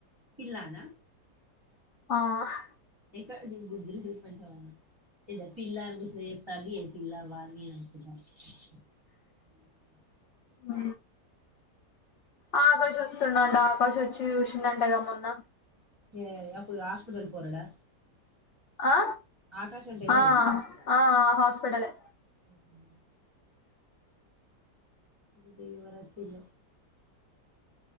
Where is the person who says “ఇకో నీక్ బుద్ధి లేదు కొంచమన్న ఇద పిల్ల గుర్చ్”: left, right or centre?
Right